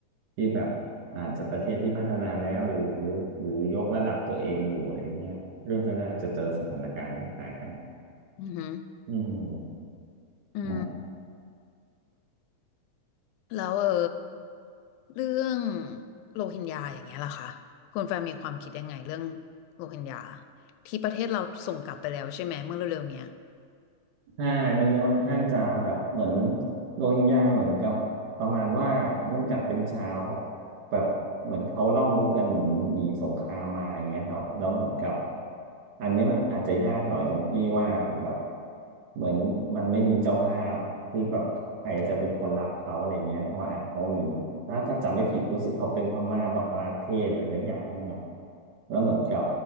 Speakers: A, on the right; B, on the left.
A: ที่แบบอาจจะประเทศที่พัฒนาแล้วหรือหรือยกระดับตัวเองอยู่อะไรเงี้ยเรื่องก็น่าจะเจอสถานการณ์คล้ายๆกัน
B: อือหือ
A: อืม
B: อืม
A: ฮะ
B: แล้วเออเรื่องโรฮิงญาอย่างเงี้ยล่ะคะคุณแฟนมีความคิดยังไงเรื่องโรฮิงญาที่ประเทศเราส่งกลับไปแล้วใช่ไหมเมื่อเร็วๆเนี้ย
A: ใช่มันค่อนข้างจะแบบเหมือนโรฮิงญาเหมือนกับประมาณว่าเนื่องจากเป็นชาวแบบเหมือนเขาล่องเรือหนีหนีสงครามมาอย่างเงี้ยครับแล้วเหมือนกับอันเนี้ยมันอาจจะยากหน่อยตรงที่ว่าแบบเหมือนมันไม่มีเจ้าภาพที่แบบใครจะเป็นคนรับเขาอะไรเงี้ยเพราะว่าอ่ะเขาหนีถ้าถ้าจำไม่ผิดรู้สึกเขาเป็นพม่าบังคลาเทศอะไรสักอย่างมากแล้วเหมือนกับ